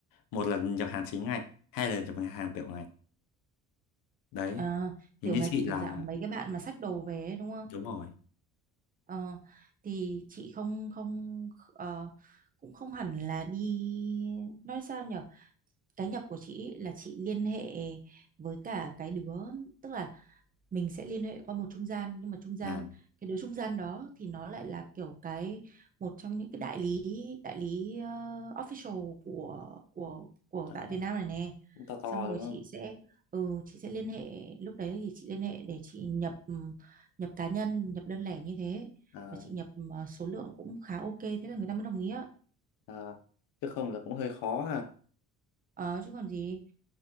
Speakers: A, on the left; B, on the right.
A: một là nhập hàng chính ngạch hai là nhập hàng tiểu ngạch đấy
B: à,
A: thì
B: tiểu
A: như
B: ngạch
A: chị
B: kiểu
A: là
B: dạng mấy cái bạn mà xách đồ về ấy, đúng không
A: đúng rồi
B: Ờ, thì chị không không ờ, cũng không hẳn là đi nói sao nhở cái nhập của chị ý là chị liên hệ với cả cái đứa tức là mình sẽ liên hệ qua một trung gian nhưng mà trung gian
A: là
B: cái đứa trung gian đó thì nó lại là kiểu cái một trong những cái đại lý đại lý ờ, official của của của
A: ờ,
B: tại Việt Nam này nè
A: cũng to
B: xong
A: to
B: rồi
A: đúng
B: chị
A: không
B: sẽ ừ, chị sẽ liên hệ lúc đấy thì chị liên hệ để chị nhập ừm, nhập cá nhân nhập đơn lẻ như thế
A: à,
B: và chị nhập ừm, ờ, số lượng cũng khá ok thế là người ta mới đồng ý á
A: à, chứ không là cũng hơi khó ha
B: ờ, chứ còn gì